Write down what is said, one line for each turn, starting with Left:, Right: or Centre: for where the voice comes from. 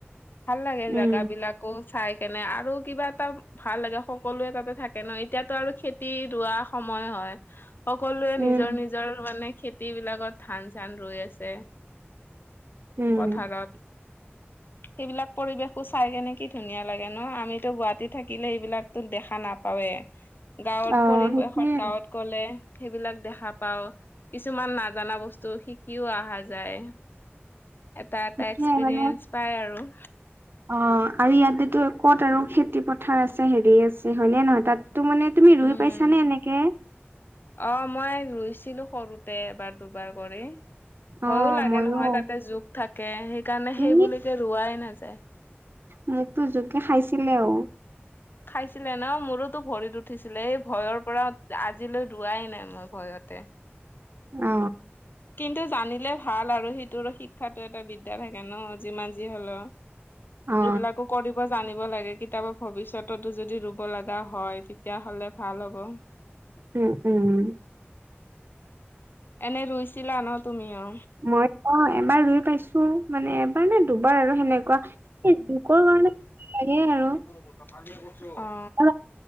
Left: ভাল লাগে
Right: উম
Left: জেগাবিলাকো চাই কেনে আৰু কিবা এটা ভাল লাগে সকলোৱে তাতে থাকে ন এতিয়াতো আৰু খেতি ৰোৱা সময় হয়। সকলোৱে
Right: উম
Left: নিজৰ নিজৰ মানে খেতিবিলাকত ধান চান ৰুই আছে
Right: উম
Left: পথাৰত।
Right: <unintelligible>
Left: সেইবিলাক পৰিবেশো চাই কেনে কি ধুনীয়া লাগে ন? আমিতো গুৱাহাটীত থাকিলে এইবিলাকতো দেখা নাপাওয়েই? গাঁৱত
Right: অ
Left: পৰিৱেশত
Right: সেইটোয়ে
Left: গাঁৱত গ'লে সেইবিলাক দেখা পাও, কিছুমান নাজানা বস্তু শিকিও আহা যায়। এটা এটা
Right: তেতিয়াই
Left: এক্সপিৰিয়েঞ্চ
Right: মানে
Left: পাই আৰু।
Right: অ আৰু ইয়াতেতো ক'ত আৰু খেতি পথাৰ আছে হেৰি আছে হয় নে নহয়? তাতো মানে তুমি ৰুই
Left: উম
Right: পাইছা নে এনেকে?
Left: অ মই ৰুইছিলো সৰুতে এবাৰ - দুবাৰ কৰি। ভয়ো
Right: অ
Left: লাগে
Right: মইয়ো
Left: নহয় তাতে জোক থাকে সেইকাৰণে সেইবুলি
Right: ই
Left: কৈ ৰোৱাই নাযায়।
Right: মোকতো জোকে খাইছিলে অ।
Left: খাইছিলে ন, মোৰোতো ভৰিত উঠিছিলে এই ভয়ৰ পৰা আজিলৈ ৰোৱাই নাই মই ভয়তে।
Right: অ।
Left: কিন্তু জানিলে ভাল আৰু সিটোৰ শিক্ষাটো এটা বিদ্যা থাকে ন যিমান যি হলো।
Right: অ
Left: এইবিলাকো কৰিব জানিব লাগে কিতাপৰ ভৱিষ্যততো যদি ৰুব লগা হয় তেতিয়া হ'লে ভাল হ'ব।
Right: উম উম।
Left: এনে ৰুইছিলা ন তুমি অ?
Right: মই অ এবাৰ ৰুই পাইছো মানে এবাৰ নে দুবাৰ আৰু সেনেকুৱা? এ লোকৰ কাৰণে লাগে আৰু।
Left: তোক কথা দিয়া বোঁ অ।
Right: অ